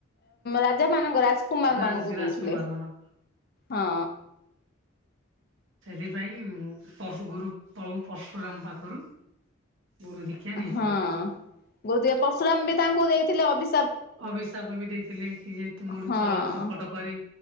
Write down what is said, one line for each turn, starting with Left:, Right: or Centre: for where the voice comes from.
Left: ରାଜା ମାନଙ୍କ ରାଜ୍ କୁମାର
Right: ରାଜ
Left: ମାନଙ୍କୁ
Right: ରାଜକୁମାର
Left: ଦଉଥିଲେ
Right: ମାନଙ୍କ
Left: ହଁ।
Right: ସେଥିପାଇଁ ପର୍ଶୁ ଗୁରୁ ପ୍ରଭୁ ପର୍ଶୁରାମ ପାଖରୁ। ଗୁରୁ ଦୀକ୍ଷା ନେଇଥିଲେ।
Left: ହଁ ପରଶୁରାମ ବି ତାଙ୍କୁ ଦେଇଥିଲେ ଅଵି
Right: ଅଭିଶାପ ବି ଦେଇଥିଲେ କି ଯେ ତୁମଠୁ
Left: ହଁ।
Right: ଛଳ କପଟ କରି